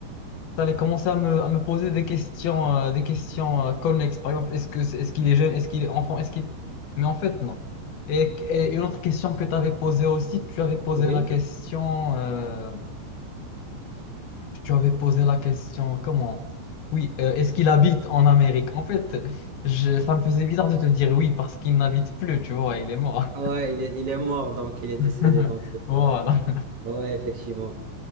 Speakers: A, on the left; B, on the right.
A: allais commencer à me, à me poser des questions, euh, des questions euh, connexes. Par exemple, est-ce que, c'est- est-ce qu'il est jeune? Est-ce qu'il est enfant? Est-ce qu'il... Mais en fait non. Et, et une autre question que tu avais posée aussi, tu avais posé
B: Oui.
A: la question. euh, tu avais posé la question, comment? Oui, euh, est-ce qu'il habite en Amérique? En fait, je- ça me faisait bizarre de te dire oui parce qu'il n'habite plus, tu vois, il est mort.
B: Ouais, il est, il est mort, donc il est
A: <laughs>
B: décédé, donc c'est
A: Voilà.
B: pas. Ouais, effectivement.